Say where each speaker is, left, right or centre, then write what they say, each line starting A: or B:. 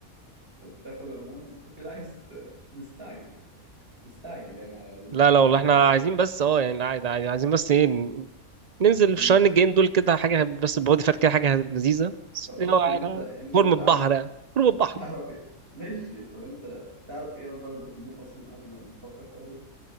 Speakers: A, on the right; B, on the right.
A: تاخد هرمون انت كده عايز ت- مستعجل مستعجل يعني على
B: <laughs>
A: ال-
B: لا لا
A: على
B: والله
A: الفورمه
B: احنا
A: جامد
B: عايزين بس اه يعني عادي عادي عايزين بس ايه ن- ننزل
A: أمم.
B: في الشهرين الجايين دول كده حاجه بس بودي فات كده حاجه لذيذه بس
A: طب
B: اللي
A: اصلا
B: هو يعني
A: انت انت
B: فورم
A: تعرف
B: البحر يعني فورم البحر
A: تعرف ايه ماشي طب انت تعرف ايه اضرار الهرمون اصلا قبل ما تفكر تاخده